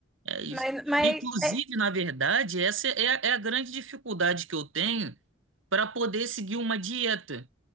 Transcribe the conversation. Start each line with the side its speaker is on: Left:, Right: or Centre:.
Right: é isso.
Centre: Mas, mas
Right: Inclusive,
Centre: é...
Right: na verdade, essa é, a- é a grande dificuldade que eu tenho para poder seguir uma dieta.